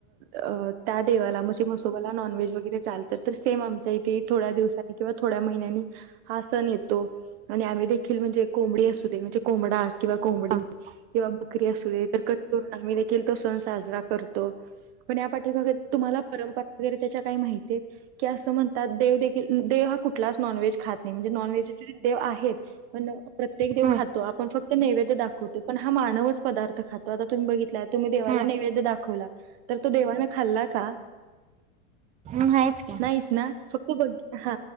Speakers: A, on the right; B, on the right.
A: अ त्या देवाला म्हणजे मसोबाला नॉनव्हेज वगैरे चालतात तर सेम आमच्या इथे. थोड्या दिवसाांनी किंवा थोड्या महिन्यानी हा सण येतो आणि आम्ही. देखील म्हणजे कोंबडी असू दे म्हणजे कोंबडा किंवा कोंबडी
B: ह
A: किंवा. बकरी असू दे तर कटून आम्ही देखील तो सण साजरा करतो. पण या पाठमाग तुम्हाला परंपरा वगैरे त्याच्या काही माहितीत. की, असं म्हणतात देव देखील देव हा कुठलाच नॉनव्हेज खात नाही म्हणजे नॉनव्हेज देव आहेत. पण प्रत्येक देव
B: ह
A: खातो आपण फक्त नैवेद्य दाखवतो पण हा मानवच. पदार्थ खातो आता तुम्ही बघितला तुम्ही देवाला
B: ह
A: नैवेद्य दाखवला तर तो देवाने खाल्ला का?
B: मग नाहीच की,
A: नाहीच ना फक्त बघ हा